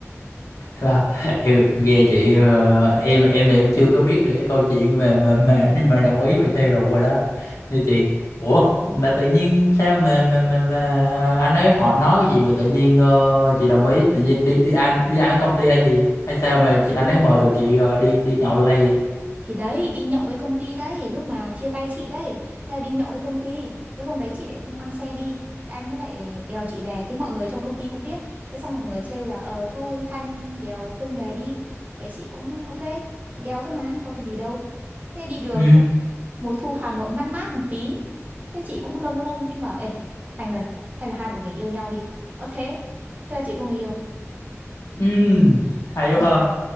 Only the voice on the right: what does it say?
Ừ,
thì đấy đi nhậu với công ty đấy lúc mà chia tay chị đấy thế là đi nhậu với công ty thế hôm đấy chị lại không mang xe đi Thế anh ấy lại đèo chị về thế mọi người trong công ty cũng biết thế xong mọi người trêu là ờ thôi Thanh đèo Phương về đi vậy chị cũng ok thì đèo thôi mà có cái gì đâu thế đi đường
thu mùa thu Hà Nội mát mát một tí thế chị cũng lâng lâng chị bảo ê Thành ơi hay là hai bọn mình yêu nhau đi ờ thế thế là chị có người yêu